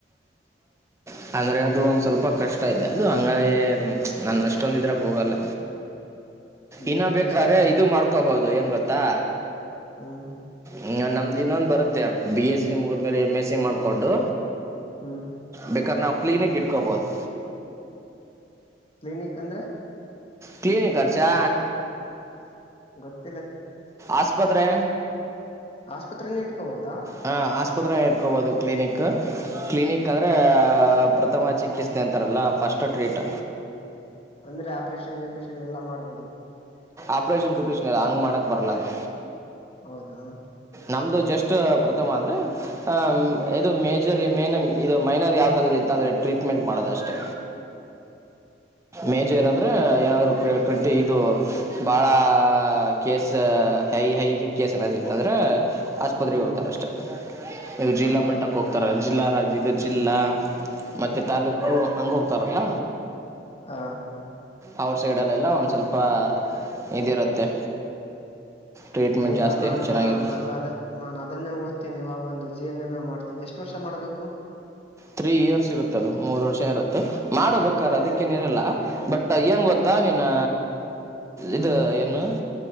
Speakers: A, on the right (about 15°); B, on the left (about 35°).
A: ಹ್ಮ್ ಅಂದರೆ ಅದು ಒಂದು ಸ್ವಲ್ಪ ಕಷ್ಟ ಇದೆ ಅದು ಹಂಗಾಗಿ ನಾನ ಅಷ್ಟೊಂದಿದ್ರೆ ಹೋಗಲ್ಲ ಇನ್ನ
B: ಏನ್
A: ಬೇಕಾದ್ರೆ
B: ಕಷ್ಟ ಇಲ್ಲ
A: ಇದು ಮಾಡ್ಕೋಬಹದು ದಏನ್ ಗತ್ತಾ
B: ಹ್ಮ್
A: ಹ ನಮ್ದು ಇನ್ನೊಂದು ಬರುತ್ತೆ ಬಿ ಎಸ್ ಸಿ ಮುಗಿದ್ಮೇಲೆ ಎಮ್ ಎಸ್ ಸಿ ಮಾಡ್ಕೊಂಡು
B: ಹ್ಮ್
A: ಬೇಕಾದ್ರೆ ನಾವು ಕ್ಲೀನಿಕ್ಕ ಇಟ್ಕೊಬೋದು
B: ಕ್ಲಿನಿಕ್ ಅಂದ್ರೆ
A: ಕ್ಲಿನಿಕ್ ಚಾ
B: ಗತ್ತ
A: ಆಸ್ಪತ್ರೆ
B: ಆಸ್ಪತ್ರೆನ ಇಟ್ಕೋಬೋದಾ
A: ಹ ಆಸ್ಪತ್ರೆ ಇಡ್ಕೋಬಹದು ಕ್ಲಿನಿಕ್. ಕ್ಲಿನಿಕ್
B: ಹ್ಮ್
A: ಅಂದ್ರೆ ಪ್ರಥಮ ಚಿಕಿತ್ಸೆ ಅಂತಾರಲ್ಲ ಫಸ್ಟ್ ಟ್ರೀಟ್
B: ಅಂದ್ರೆ ಆಪರೇಷನ್ ಗಿಪರೇಷನ್ ಎಲ್ಲಾ ಮಾಡ್ಬೋದು
A: ಆಪರೇಷನ್ ಗಪಷನ್ ಹಂಗ್ ಮಾಡಕ್ ಬರಲದು.
B: ಹೌದಾ
A: ನಮ್ದು ಜಸ್ಟ್ ಪ್ರಥಮ ಅಂತ ಅ ಹ
B: ಹ್ಮ್
A: ಇದು ಮೇಜ ಜ ಮೇನ ಇದು ಮೈನರ್ ಯಾವ್ದಾದ್ರೂ ಇತ್ತ ಅಂದರೆ ಟ್ರೀಟ್ಮೆಂಟ್ ಮಾಡೋದಷ್ಟೇ ಮೇಜರ್ ಅಂದ್ರೆ ಏನಾದ್ರು ಕಟ್ಟಿ ಇದು ಬಹಳ ಕೇಸ್ ಹೈ ಹೈಗೆ ಕೇಸ್ ಏನ ಇ ಅಂದ್ರೆ ಹ ಆಸ್ಪತ್ರೆಗೆ
B: ಹ್ಮ್
A: ಹೋಗ್ತಾರೆ ಅಷ್ಟೇ ಇವು
B: ಹಾ
A: ಜಿಲ್ಲಾ
B: ಹಾ
A: ಮಟ್ಟಕ್ಕೆ
B: ಹಾ
A: ಹೋಗ್ತಾರೆ. ಜಿಲ್ಲ ರಾಜ್ಯದ ಜಿಲ್ಲ ಮತ್ತೆ ತಾಲೂಕು ಹಂಗ ಹೋಗ್ತಾರಲ್ಲ
B: ಹಾ
A: ಅವ್ರ ಸೈಡಲ್ಲೆಲ್ಲ ಒಂದು ಸ್ವಲ್ಪ ಇದಿರುತ್ತೆ ಟ್ರೀಟ್ಮೆಂಟ್
B: ಅಂದ್ರೆ ಇವ
A: ಜಾಸ್ತಿ
B: ನಾನ್
A: ಚೆನ್ನಾಗಿರುತ್ತೆ
B: ನಾನ್ ಬಂದ ಅ ನಾನ್ ಅದನ್ನೇ ಓದ್ತೀನಿವ ಬಂದು ಜಿ ಎನ್ ಎಂ ಎಂ ಮಾಡ್ತೀನಿ. ಎಷ್ಟು ವರ್ಷ ಮಾಡ್ಬೇಕು?
A: ತ್ರೀ ಇಯರ್ಸ್ ಇರುತ್ತ ಅದು. ಮೂರು ವರ್ಷ ಇರುತ್ತೆ. ಮಾಡಬೇಕ್ರ ಅದಕ್ಕೇನ ಇರಲ್ಲ. ಬಟ್
B: ಹ
A: ಏನು ಗೊತ್ತಾ ನೀನು ಇದು ಏನು